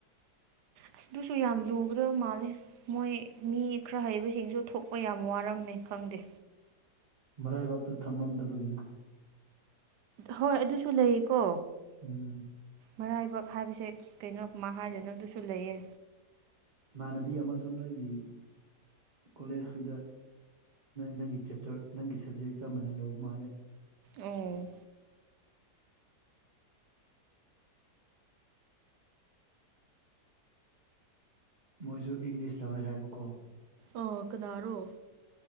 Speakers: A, on the right; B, on the right.
A: ꯑꯁ ꯑꯗꯨꯁꯨ ꯌꯥꯝ ꯂꯨꯒꯗꯕ ꯃꯥꯜꯂꯦ ꯃꯣꯏ ꯃꯤ ꯈꯔ ꯍꯩꯕꯁꯤꯡꯁꯨ ꯊꯣꯛꯄ ꯌꯥꯝ ꯋꯥꯔꯝꯃꯦ ꯈꯪꯗꯦ
B: ꯃꯔꯥꯏꯕꯥꯛꯇ ꯇꯝꯃꯝꯗꯕꯒꯤꯅꯤ
A: ꯍꯣꯏ ꯑꯗꯨꯁꯨ ꯂꯩꯌꯦꯀꯣ
B: ꯎꯝ
A: ꯃꯔꯥꯏꯕꯛ ꯍꯥꯏꯕꯁꯦ ꯀꯩꯅꯣ ꯃꯥꯍꯥꯏꯗꯣꯏꯅꯨ ꯑꯗꯨꯁꯨ ꯂꯩꯌꯦ
B: ꯏꯃꯥꯟꯅꯕꯤ ꯑꯃꯁꯨ ꯅꯣꯏꯒꯤ ꯀꯣꯂꯦꯖꯇꯨꯗ ꯅꯪꯒꯤ ꯆꯦꯞꯇꯔ ꯅꯪꯒꯤ ꯁꯕꯖꯦꯛ ꯆꯞ ꯃꯥꯟꯅ ꯂꯧꯕ ꯃꯥꯜꯂꯦ
A: ꯑꯣ
B: ꯃꯣꯏꯁꯨ ꯏꯪꯂꯤꯁ ꯂꯧꯋꯦ ꯍꯥꯏꯕꯀꯣ
A: ꯑꯣ ꯀꯅꯥꯔꯣ